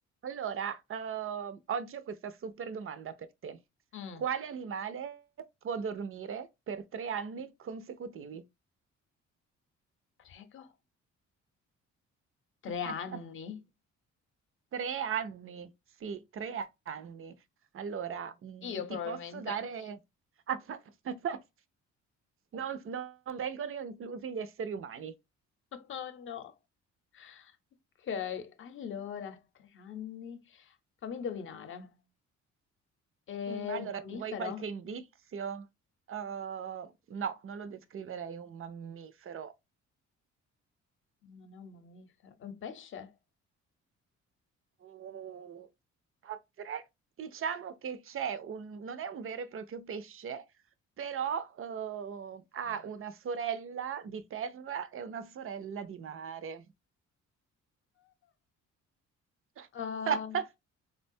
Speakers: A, on the right (about 45°); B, on the left (about 40°).
A: Allora, ehm, oggi ho questa super domanda per te.
B: Mm,
A: Quale animale può dormire per tre anni consecutivi?
B: Prego. tre
A: <laughs>
B: anni?
A: Tre anni, sì, tre anni. Allora, mm,
B: Io probabilmente.
A: ti posso dare... <laughs> Non, non vengono inclusi gli esseri umani.
B: <laughs> Oh no. Ok, allora, tre anni. Fammi indovinare. È
A: Mm, Allora,
B: un mammifero?
A: vuoi qualche indizio? Eh, no, non lo descriverei un mammifero.
B: Non è un mammifero, è un pesce?
A: Mhmm, potre diciamo che c'è un non è un vero e proprio pesce, però, uhm,
B: Ok.
A: ha una sorella di terra e una sorella di mare. <laughs>
B: Uh,